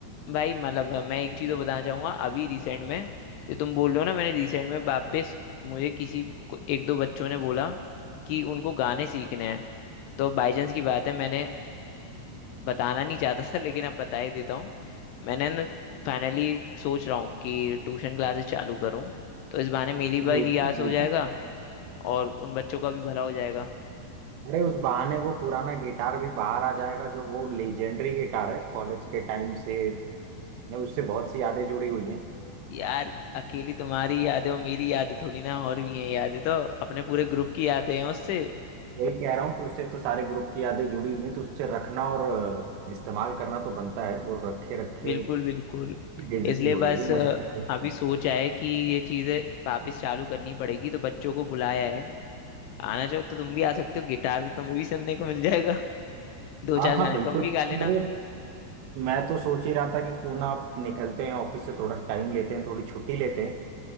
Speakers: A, on the left; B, on the right.
A: भाई मतलब मैं एक चीज तो बताना चाहूंगा अभी रिसेंट में जो तुम बोल रहे हो ना मैंने रिसेंट में वापस मुझे किसी को एक दो बच्चों ने बोला कि उनको गाने सीखने हैं तो बाई चांस की बात है मैंने बताना नहीं चाहता था लेकिन अब बता ही देता हूँ मैंने ना फाइनली सोच रहा हूँ कि ट्यूशन क्लासेस चालू करूँ तो इस बहाने मेरी भी
B: म्यूजिक
A: रियाज
B: बिल्कुल
A: हो जाएगा और उन बच्चों का भी भला हो जाएगा
B: अरे उस बहाने वो पुराना गिटार भी बाहर आ जाएगा जो वो लेजेंडरी गिटार है कॉलेज के टाइम से ने उससे बहुत सी यादें जुड़ी हुई हैं
A: यार अकेली तुम्हारी यादें और मेरी यादें थोड़ी ना और भी हैं यादें तो अपने पूरे ग्रुप की यादें हैं उससे
B: वही कह रहा हूँ कि उससे तो सारे ग्रुप की यादें जुड़ी हुई हैं तो उससे रखना और अ, इस्तेमाल करना तो बनता है वो रखे रखे
A: बिल्कुल बिल्कुल
B: की बेइज्जती
A: इसलिए
B: हो
A: बस
B: रही है
A: अ,
B: मुझे ऐसा लगता
A: अभी
B: है।
A: सोच है कि ये चीजें वापस चालू करनी पड़ेगी तो बच्चों को बुलाया है आना चाहो तो तुम भी आ सकते हो गिटार तो तुम्हें भी सुनने को मिल जाएगा <laughs> दो
B: हाँ
A: चार
B: हाँ
A: गाने
B: बिल्कुल
A: तुम भी गा लेना
B: अरे मैं तो सोच ही रहा था कि क्यों ना आप निकलते हैं ऑफिस से थोड़ा टाइम लेते हैं थोड़ी छुट्टी लेते हैं